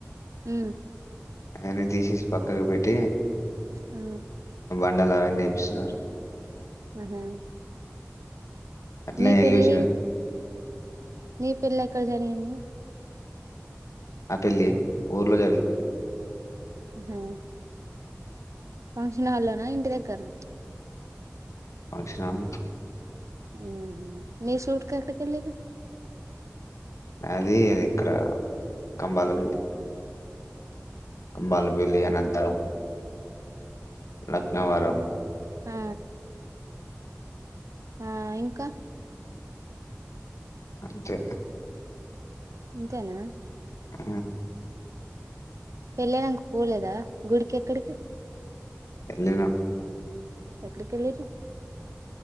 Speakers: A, on the right; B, on the left.
A: హ
B: ఆయనే తీసేసి పక్కకి పెట్టి
A: ఆ
B: ఉండలా అవని నేపిస్తున్నారు
A: ఆహా
B: అట్లా
A: నీ
B: వెల్షిన
A: పెళ్ళి నీ పెళ్లి ఎక్కడ జరిగింది
B: నా పెళ్లి ఊర్లో జరిగింది
A: హ ఫంక్షన్ హాల్లోన ఇంటి దగ్గర నా
B: ఫంక్షన్ <unintelligible>
A: ఆహ మీ <unintelligible>
B: అది అది ఇక్కడ కంబాల వెల్లి <unintelligible> అనంత లక్నవరం
A: ఆ ఆ ఇంక
B: <unintelligible>
A: అంతేన
B: ఆ
A: పెళ్లి అయినంక పోలేదా గుడికి ఎక్కడికి
B: ఎల్లిన
A: ఎక్కడకి ఎల్లరు